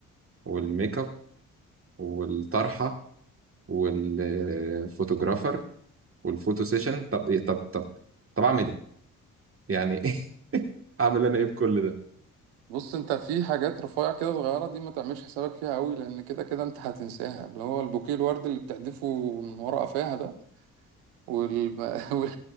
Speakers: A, on the right; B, on the right.
A: والميك اب والطرحة والفوتوجرافر والفوتو سيشن طب ايه طب طب طب اعمل ايه يعني <laughs> اعمل انا ايه بكل ده
B: بص أنت في حاجات رفيع كده صغيرة دي ما تعملش حسابك فيها قوي لأن كده كده أنت هتنساها اللي هو البوكيه الورد اللي بتحدفه من ورا قفاها ده والم... <laughs> وال-